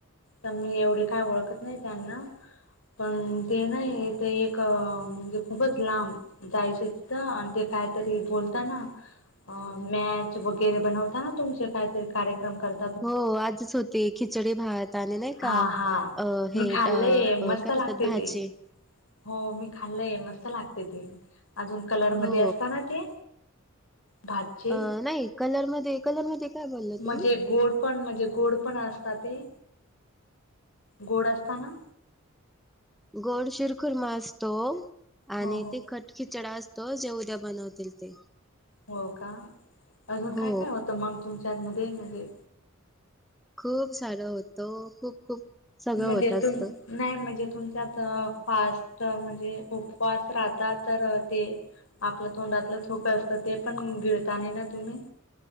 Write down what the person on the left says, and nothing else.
तरी एवढे काय ओळखत नाही त्यांना पण ते नाही ते एक.. म्हणजे खूपच लांब जायचे तथं आणि ते कायतरी बोलताना.. अ मॅच वगैरे बनवताना तुमचे काहीतरी कार्यक्रम करत.
हा
हा मी
खाल्लंय
मस्त लागते
ते हो मी खाल्लंय मस्त लागते ते अजून कलर
मध्ये असतं ना ते. भातचे
म्हणजे गोड पण म्हणजे गोड पण असत ते गोड असता ना?
हो हो
हो का अजून
काय काय होतं मग तुमच्यामध्ये म्हणजे..
मध्ये
तुम नाही म्हणजे तुमच्यात फास्ट म्हणजे उपवास राहता तर ते.. आपलं तोंडातलं थुंकी असतं ना ते पण गिळता नाही ना तुम्ही.